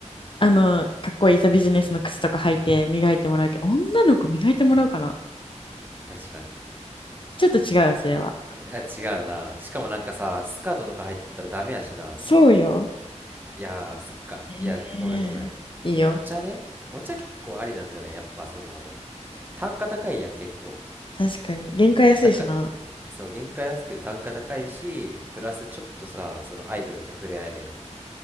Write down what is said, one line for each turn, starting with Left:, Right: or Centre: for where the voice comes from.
Left: あの、かっこいいさ、ビジネスの靴とか履いて磨いてもらうけど、女の子磨いてもらうかな
Right: 確かに。
Left: ちょっと違うよ、それは。
Right: いや、違うな。しかもなんかさ、スカートとか入っとったらダメやしな。
Left: そうよ。
Right: いやー、そっか。
Left: ええいいよ。
Right: いや、ごめんごめん。お茶ね。お茶結構ありなんじゃないやっぱその、単価高いやん、結構。
Left: 確かに。原価安いしな。
Right: 高い、そう、原価安くて単価高いし、プラスちょっとさ、そのアイドルと触れ合えるやん。